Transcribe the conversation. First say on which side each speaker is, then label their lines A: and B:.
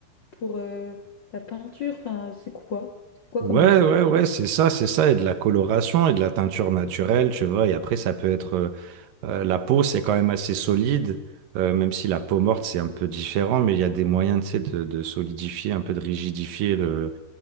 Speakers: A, on the left; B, on the right.
A: pour euh, la peinture, enfin c'est quoi? C'est quoi
B: Ouais,
A: comme matériau?
B: ouais, ouais, c'est ça, c'est ça, et de la coloration et de la teinture naturelle, tu vois, et après ça peut être, euh, euh, la peau c'est quand même assez solide, euh, même si la peau morte c'est un peu différent, mais il y a des moyens, tu sais, de, de solidifier, un peu de rigidifier le,